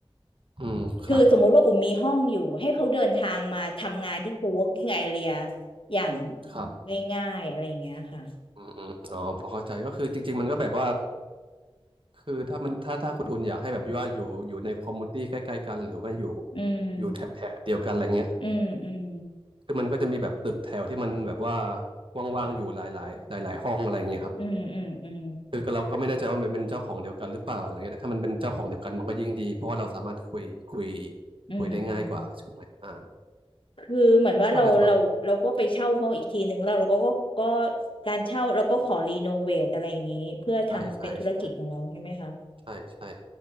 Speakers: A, on the right; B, on the left.
A: อืมครับ
B: คือสมมุติว่าอุ่นมีห้องอยู่ให้เขาเดินทางมาทำงานที่โคเวิร์กิ้งแอรีอย่าง
A: ครับ
B: ง่ายๆอะไรอย่างเงี้ยค่ะ
A: อืมอืมอ๋อพอเข้าใจก็คือจริงๆมันก็แบบว่าคือถ้ามันถ้าถ้าคุณอุ่นอยากให้แบบว่าอยู่อยู่ในคอมมูนิตี้ใกล้ๆกันหรือว่าอยู่
B: อืม
A: อยู่แถบแถบเดียวกันอะไรเงี้ย
B: อืมอืม
A: คือมันก็จะมีแบบตึกแถวที่มันแบบว่าว่างๆอยู่หลายๆหลายๆห้องอะไรเงี้ยครับ
B: อืมอืมอืม
A: คือเราก็ไม่แน่ใจว่ามันเป็นเจ้าของเดียวกันหรือเปล่าอะไรเงี้ยแต่ถ้ามันเป็นเจ้าของเดียวกันมันก็ยิ่งดีเพราะว่าเราสามารถคุยคุย
B: อืมอืม
A: คุยได้ง่ายกว่าใช่ไหมอ่า
B: คือเหมือนว่าเราเราเราก็ไปเช่าห้องอีกทีหนึ่งแล้วเราก็ก็ก็
A: ก็น่าจะแบบ
B: การเช่าเราก็ขอรีโนเวทอะไรอย่างนี้เพื่อทำเป็นธุรกิจของเราใช่ไหมคะ
A: ใช่ใช่ใช่ใช่